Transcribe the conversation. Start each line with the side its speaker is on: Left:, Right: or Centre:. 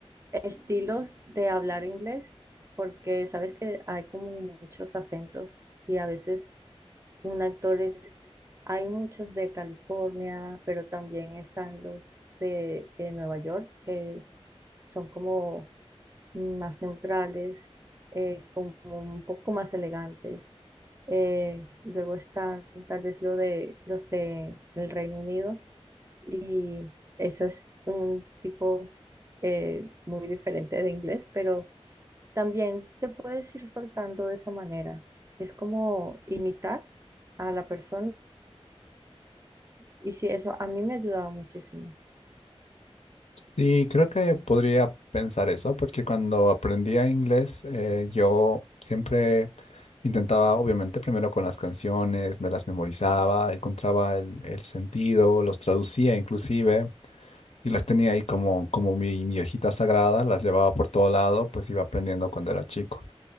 Right: estilos de hablar inglés, porque sabes que hay como muchos acentos y a veces un actor es- hay muchos de California, pero también están los de, eh, Nueva York, que son como más neutrales, eh, como un poco más elegantes. Eh, luego están tal vez lo de, los de el Reino Unido y eso es un tipo eh, muy diferente de inglés, pero también te puedes ir soltando de esa manera. Es como imitar a la persona. Y sí, eso a mí me ha ayudado muchísimo.
Left: Y creo que podría pensar eso, porque cuando aprendía inglés, eh, yo siempre intentaba, obviamente, primero con las canciones, me las memorizaba, encontraba el, el sentido, los traducía inclusive, y las tenía ahí como, como mi, mi hojita sagrada, las llevaba por todo lado, pues iba aprendiendo cuando era chico.